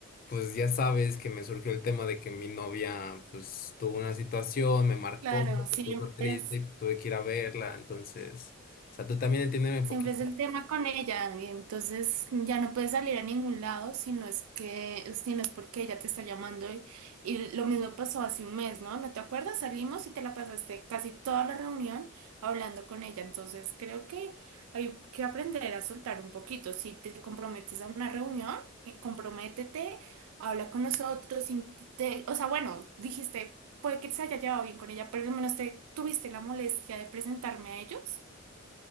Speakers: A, on the left; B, on the right.
A: pues ya sabes que me surgió el tema de que mi novia pues tuvo una situación, me marcó,
B: Claro, siempre
A: se puso triste
B: es.
A: y tuve que ir a verla, entonces, o sea, tú también entiéndeme poquito.
B: Siempre es el tema con ella, y entonces ya no puedes salir a ningún lado si no es que, si no es porque ella te está llamando y, y lo mismo pasó hace un mes, ¿no? ¿No te acuerdas? Salimos y te la pasaste casi toda la reunión hablando con ella, entonces creo que hay que aprender a soltar un poquito. Si te comprometes a una reunión, eh, comprométete, habla con nosotros, in- te- o sea, bueno, dijiste, puede que se haya llevado bien con ella, pero al menos te tuviste la molestia de presentarme a ellos.